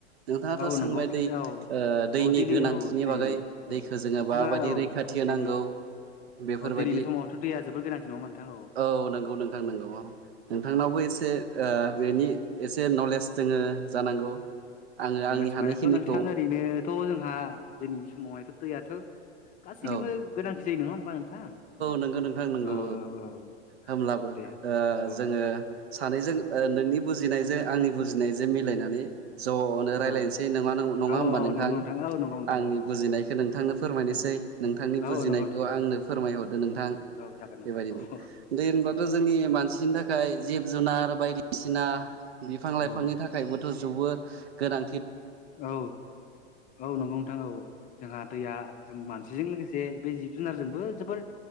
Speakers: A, on the right (about 65°); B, on the left (about 25°).
A: नोंथाङाथ'
B: औ
A: सोंबाय
B: नंगौ
A: दै
B: औ
A: ओ दैनि
B: औ दिनै
A: गोनांथिनि
B: औ दि
A: बागै दैखौ
B: औ
A: जोङो माबायदि
B: जोंहा औ
A: रैखाथि होनांगौ
B: दिनै
A: बेफोरबायदि
B: औ दिनैनि समावथ' दैया जोबोर गोनांथि नङा होमबा नोंथां
A: औ नंगौ नोंथां नंगौ औ नोंथांनावबो बो एसे बेनि एसे नलेज दङो जानांगौ। आङो
B: नलेज
A: आंनि हानायखिनिखौ
B: मानेथ' नोंथां ओरैनोथ' जोंहा दिनैनि समावहायथ' दैयाथ' गासैनिबो
A: औ
B: गोनांथि जायो नङा होमबा नोंथां औ
A: नंगौ नोंथां नंगौ
B: औ औ
A: होमब्लाबो
B: दे
A: ओ
B: औ
A: जोङो सानैजों नोंनि बुजिनायजों आंनि बुजिनायजों मिलायनानै ज'नो रायजलायनोसै
B: औ
A: नङा नो नङा
B: औ
A: होमबा
B: औ
A: नोंथां।
B: नंगौ औ नंगौ नोंथां
A: आंनि
B: औ
A: बुजिनायखौ नोंथांनो फोरमायनोसै
B: औ
A: नोंथांनि
B: औ
A: बुजिनायखौ
B: औ नंगौ नोंथां
A: आंनो
B: औ
A: फोरमायहरदो नोंथां।
B: औ जागोन नोंथां
A: बेबायदिनो
B: औ
A: दै होनब्लाथ'
B: औ
A: जोंनि मानसि मानसिनि थाखाय जिब जुनार बायदिसिना बिफां लाइफांनि
B: औ
A: थाखाय <unintelligible> जुबो गोनां
B: औ औ नोंगौ नोंथां औ जोंहा दैया जों मानसिजों लोगोसे बे जिब जुनारजोंबो जोबोर